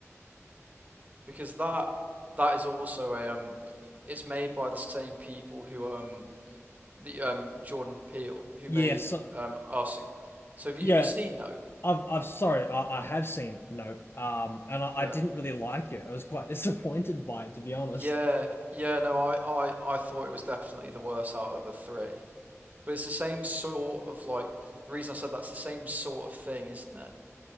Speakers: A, on the right; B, on the left.
A: Because that that is also a um it's made by the same people who um the um Jordan Peele who
B: Yeah.
A: made
B: So
A: um Arsene. So have you
B: yeah,
A: have you seen Nope?
B: I've I've sorry, I, I have seen Nope. Um, and I,
A: Yeah.
B: I didn't really like it. I was quite <laughs> disappointed by it, to be honest.
A: Yeah, yeah, no, I, I, I thought it was definitely the worst out of the three. But it's the same sort of like the reason I said that's the same sort of thing, isn't it?